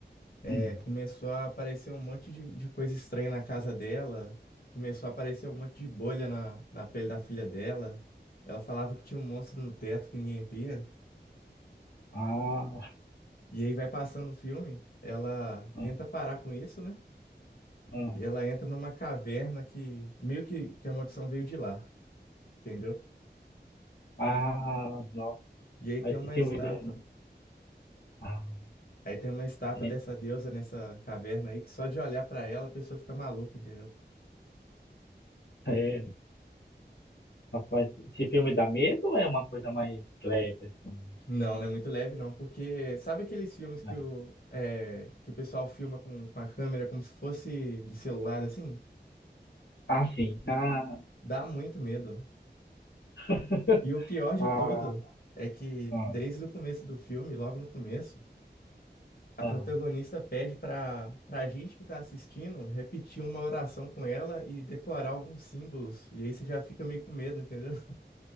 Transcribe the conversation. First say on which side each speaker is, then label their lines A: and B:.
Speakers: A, on the left; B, on the left.
A: é,
B: hum,
A: começou a aparecer um monte de, de coisa estranha na casa dela, começou a aparecer um monte de bolha na, na pele da filha dela. Ela falava que tinha um monstro no teto que ninguém via.
B: ah,
A: E aí vai passando o filme, ela
B: ah,
A: tenta
B: ah.
A: parar com isso, né?
B: ah.
A: E ela entra numa caverna que meio que, que a maldição veio de lá, entendeu?
B: Ah, nossa,
A: E aí tem
B: mas esse
A: uma
B: filme
A: estátua.
B: deu. um, Ah,
A: Aí tem uma estátua
B: é,
A: dessa deusa nessa caverna aí que só de olhar pra ela a pessoa fica maluca, entendeu?
B: é, nossa, mas esse filme dá medo ou é uma coisa mais leve, assim?
A: Não, não é muito leve não, porque sabe aqueles filmes que
B: Ah,
A: o, é, que o pessoal filma com, com a câmera como se fosse de celular assim?
B: ah, sim. Ah,
A: Dá muito medo.
B: <laughs>
A: E o pior de
B: ah,
A: tudo é que
B: ah,
A: desde o começo do filme, logo no começo, a
B: ah.
A: protagonista pede pra, pra gente que tá assistindo repetir uma oração com ela e decorar alguns símbolos. E aí você já fica meio com medo, entendeu?